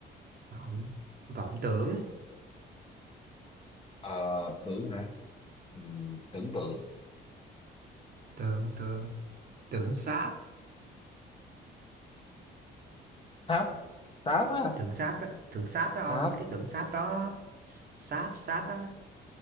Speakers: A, on the right; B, on the left.
A: vọng vọng tưởng
B: Ờ, tưởng hả Ừm, tưởng tượng
A: tượng tượng tượng sáp
B: sáp sáp á
A: tượng sáp đó tượng sáp đó ông
B: sáp
A: mấy cái tượng sáp đó S- sáp sáp á